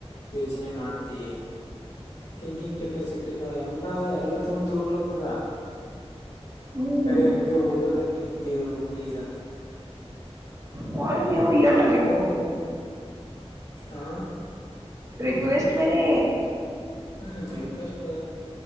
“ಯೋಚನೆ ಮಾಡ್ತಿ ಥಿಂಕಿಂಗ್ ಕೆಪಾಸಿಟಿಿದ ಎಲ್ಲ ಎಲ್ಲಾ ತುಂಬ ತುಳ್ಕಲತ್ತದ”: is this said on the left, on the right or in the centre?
Left